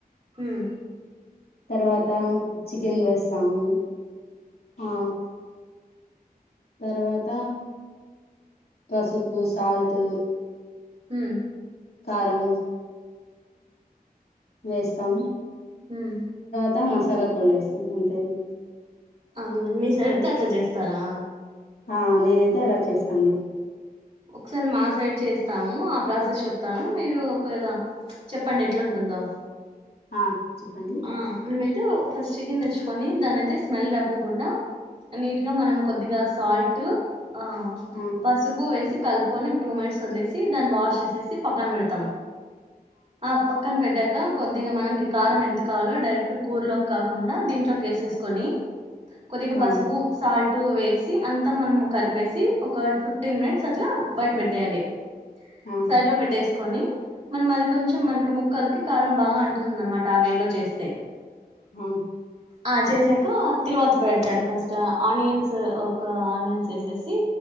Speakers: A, on the right; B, on the left.
A: ఉమ్
B: తర్వాత చికెన్ వేసాము ఆ తర్వాత పసుపు, సాల్ట్
A: ఉమ్మ్
B: కారం వేస్తాం.
A: మ్మ్
B: త మసాలా పొడ్లు ఎసుకున్నాం అంతే అండి
A: అవును మీ సైడ్ అయితే అట్లా చేస్తారా.
B: ఆ నేనైతే అలా చేస్తానండి.
A: ఒకసారి మా సైడ్ చేస్తాము ఆ ప్రాసెస్ చెప్తాను మీరు ఒకవేళ చెప్పండి ఎట్లాంటుందో
B: ఆ చెప్పండి
A: ఆ మెమైతే ఫస్ట్ చికెన్ తెచ్చుకొని దాన్నియితే స్మెల్ రాకోకుండా నీట్గా మనం కొద్దిగా సాల్ట్ ఆ
B: ఆ
A: పసుపు వేసి కలుపుకొని టూ మినిట్స్ వదిలేసి దాన్ని వాష్ చేసేసి పక్కన పెడతాం. ఆ పక్కన పెట్టాక కొద్దిగా మనకి కారం ఎంత డైరెక్ట్ కూర లోకి కాకుండా దీంట్లోకి ఎసేసుకుని కొద్దిగా
B: ఆ
A: పసుపు సాల్ట్ టూ వేసి అంతా మనం కలిపేసి ఒక ఫిఫ్టీన్ మినిట్స్ అట్లా బయట పెట్టేయాలి.
B: ఆ
A: సైడ్ లో పెట్టేసి కొని మనం అది కొంచెం మనకి ముక్కలకి కారం బాగా అంటుతుంది అనమాట ఆ వేలో చేస్తే
B: ఉమ్
A: ఆ చేసాక తిరువాతి పెట్టండి ఫస్ట్ ఆనియన్స్ ఒక ఆనియన్స్ ఎసేసి